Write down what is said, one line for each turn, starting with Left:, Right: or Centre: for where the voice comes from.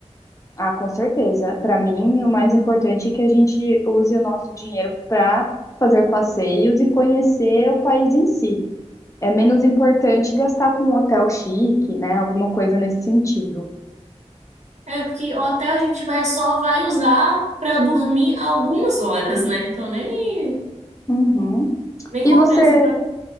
Left: Ah, com certeza. Para mim, o mais importante é que a gente use o nosso dinheiro para fazer passeios e conhecer o país em si. É menos importante gastar com um hotel chique, né? Alguma coisa nesse sentido.
Right: É porque o hotel a gente vai só vai usar pra dormir algumas horas, né? Então nem
Left: Uhum.
Right: nem compensa
Left: E você,
Right: pagar.